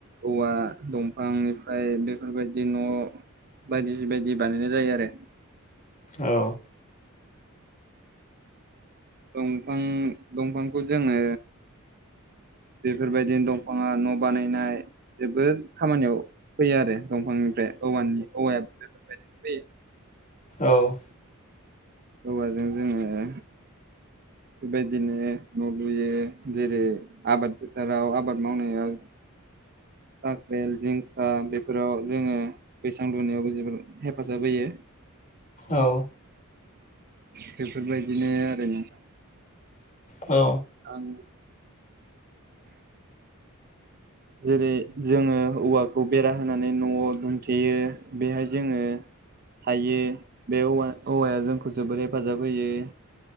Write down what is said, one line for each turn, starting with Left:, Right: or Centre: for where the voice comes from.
Right: औवा दंफांनिफ्राय बेफोरबायदि न' बायदि बायदि बानायनाय जायो आरो।
Left: औ
Right: दंफां दंफांखौ जोङो बेफोरबादिनो दंफाङा न' बानायनाय जोबोद खामानियाव फैयो आरो दंफांनि फ्राय औवानि औवायाबो बेफोरबायदिनो फैयो।
Left: औ।
Right: औवाजों जोङो बेबायदिनो न' लुयो। जेरै आबाद फोथाराव आबाद मावनायाव काख्रेल जिंखा बेफोराव जोङो बैसां लुनायावबो जोबोर हेफाजाब होयो।
Left: औ।
Right: बेफोरबायदिनो आरो नोंथां।
Left: औ।
Right: आंनि जेरै जोङो औवाखौ बेरा होनानै न'वाव दुमथेयो बेहाय जोङो हायो बे औवा औवाया जोंखौ जोबोर हेफाजाब होयो।